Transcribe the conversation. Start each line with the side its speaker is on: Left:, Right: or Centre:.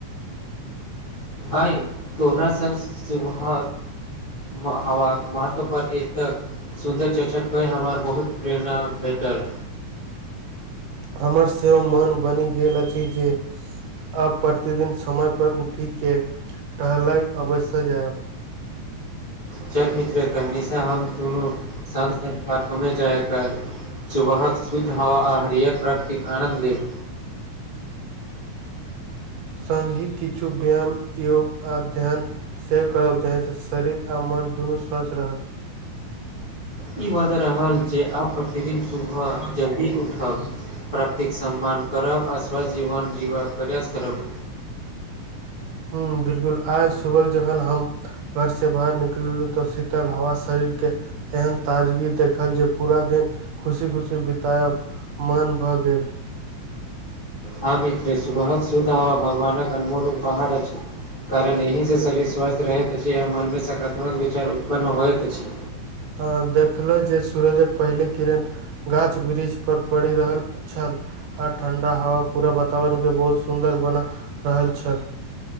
Left: आइ तोहरासँ सुबह ह वसो पर एक तक <inaudible> <unintelligible> सुन्दर चर्चा कै हमर बहुत प्रेरणा भेटल
Right: हमर सेहो मन बनि गेल अछि जे अ प्रतिदिन समय पर उठि के टहलय अवश्य जायब
Left: चल मित्र कहनीसँ हम दुनू सङ्ग सङ्ग पार्कमे जाईके <unintelligible> <unintelligible> सुबहक शुद्ध हवा आहरिअर प्राकिति आनन्द लेब
Right: सङगी किछु व्याम योग आ ध्यान सेव करब जाहिसँ शरीर आ मोन दुनू स्वस्थ रहत
Left: ई बद रहल जे आब प्रतिदिन सुबह जल्दी उठब प्राक्तिक सम्मान करब आ स्वस्थ जीवन जीबक प्रयास करब
Right: ह बिलकुल आय सुबल जखन हम घर से बाहर निकललू तऽ शीतल हवा शरीर के एहन ताजगी देखल जे पूरा दिन खुशी खुशी बितायब मन भऽ गेल
Left: ह मित्र सुबहक सुद्ध आ भगवानक अनमोल उपहार अछि कारण एहिसँ शरीर स्वस्थ रहैत अछि आ मनमे सकारात्मक विचार उत्पन्न होइत अछि
Right: ह देखलै जे सूरजक पहिले किरण गाछ वृक्ष पर पड़ि रहल छल आ ठंडा हवा पूरा वातावरण के बहुत सुंदर बना रहल छल